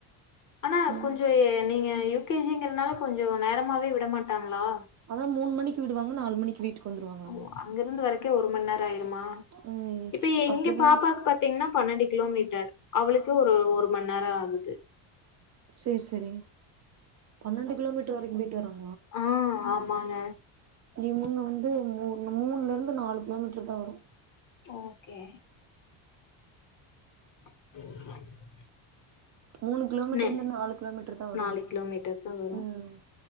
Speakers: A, on the left; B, on the right.
A: ஆனா
B: ம்
A: கொஞ்சோ எ நீங்க யு கே ஜி ங்கறனால கொஞ்சோ நேரமாவே விட மாட்டாங்களா
B: அத்தா மூணு மணிக்கு விடுவாங்க நாலு மணிக்கு வீட்டுக்கு வந்துருவாங்களாமா
A: ஓ அங்க இருந்து வரக்கே ஒரு மணி நேரோ ஆயிருமா
B: ம்
A: இப்ப எங்க
B: அப்டிதா
A: பாப்பாக்கு பாத்தீங்கன்னா பன்னெண்டு கிலோமீட்டர் அவளுக்கு ஒரு ஒரு மணி நேரோ ஆகுது
B: சரி சரி பன்னெண்டு கிலோமிட்டர்வரைக்கும் போயிட்டு வரும்
A: ஆஹ் ஆமாங்க
B: இமுங்க வந்து மூ மூணுல இருந்து நாலு கிலோமீட்ரு தா வர
A: ஓகே <inaudible>
B: மூணு கிலோமீட்டர்
A: நே
B: இருந்து நாலு கிலோமீட்டர் தான் வரும்
A: நாலு கிலோமீட்டர் தான் வரும்
B: உம்